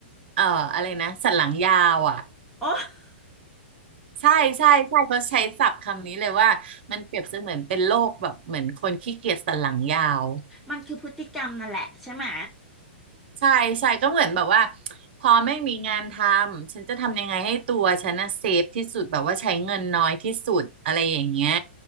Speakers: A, on the right; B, in the centre.
A: เอ่ออะไรนะสันหลังยาวอ่ะ
B: โอ้
A: ใช่ใช่ใช่เขาใช้ศัพท์คำนี้เลยว่ามันเปรียบเสมือนเป็นโรคแบบเหมือนคนขี้เกียจสันหลังยาว
B: มันคือพฤติกรรมนั่นแหละใช่ไหม
A: ใช่ใช่ก็เหมือนแบบว่าพอไม่มีงานทำฉันจะทำยังไงให้ตัวฉันนะเซฟที่สุดแบบว่าใช้เงินน้อยที่สุดอะไรอย่างเงี้ย